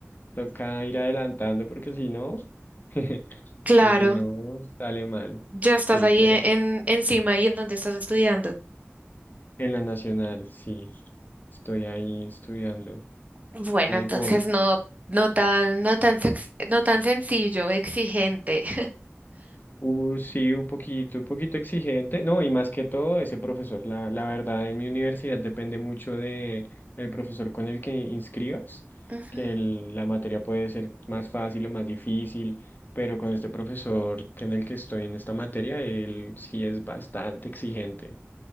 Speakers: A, on the left; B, on the right.
A: toca ir adelantando porque si no, <laughs>
B: claro,
A: o si no, sale mal.
B: ya estás
A: Sí,
B: ahí
A: pero
B: e- en, encima y en dónde estás estudiando.
A: en la nacional, sí, estoy ahí estudiando.
B: Bueno,
A: Ahí
B: entonces
A: voy.
B: no, no tan, no tan, sex- no tan sencillo, exigente.
A: Uh, sí, un poquito, un poquito exigente. No, y más que todo, ese profesor, la, la verdad, en mi universidad depende mucho de el profesor con el que inscribas,
B: <laughs>
A: que el- la materia puede ser más fácil o más difícil, pero con este profesor que en el que estoy en esta materia, él sí es bastante exigente.